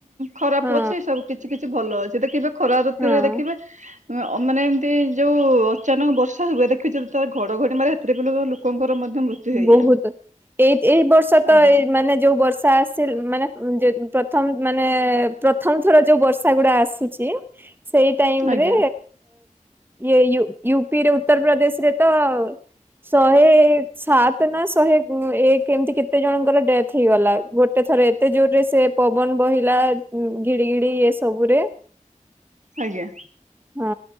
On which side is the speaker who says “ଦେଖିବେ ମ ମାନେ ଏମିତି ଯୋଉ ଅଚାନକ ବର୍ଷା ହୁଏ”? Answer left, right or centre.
Right